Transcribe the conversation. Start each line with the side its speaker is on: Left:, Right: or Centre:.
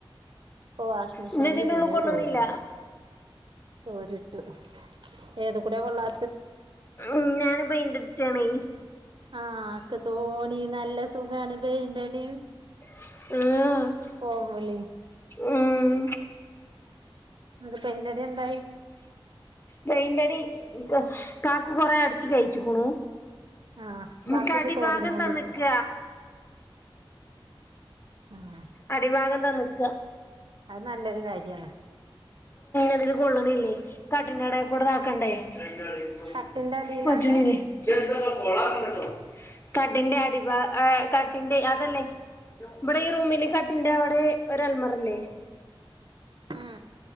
Right: ഇപ്പൊ വഷി മെഷീനില്
Left: ഇന്നെ ഇതിന്റെ
Right: തുണിയത്
Left: ഉള്ള് കൊള്ളണില്ല
Right: തോരാ തോരിട്ടു ഏത് കൂടിയ കൊള്ളാ
Left: ഉം ഞൻ പയിന്റെട്ച്ചണെ
Right: ആഹ് ഒക്കെ തോണി നല്ല സുഖാണ് പെയിന്റെടീം
Left: <unintelligible>
Right: ഫോം വിളിം
Left: ഉം
Right: ന്നട്ട് പെയിന്റടി എന്തായി
Left: പെയിന്റടി കാക്കു കൊറെ അടിച്ച് കഴിച്ചിക്ക്ണു
Right: ആഹ് ബാക്കി
Left: ക്ക് അടിഭാഗം
Right: ഇജ്ജ് തോണ്ടി കൊണ്ടിരിക്ക്
Left: തന്ന്ക്ക
Right: ആഹ്
Left: അടിഭാഗം തന്ന്ക്ക
Right: അത് നല്ലൊരു കാര്യാണ്
Left: അതില് കൊള്ളണില്ലേ കട്ടിന്റെട െ കൂടതാക്കണ്ടേ <unintelligible>
Right: കട്ടിന്റെ അടിയിലാണ്
Left: കടിന്റെ അടിഭാ കടിന്റെ അതല്ലേ ഇവിടെ ഈ റൂമില് കട്ടിന്റെവിടെ ഒരൽമറല്ലേ
Right: ഉം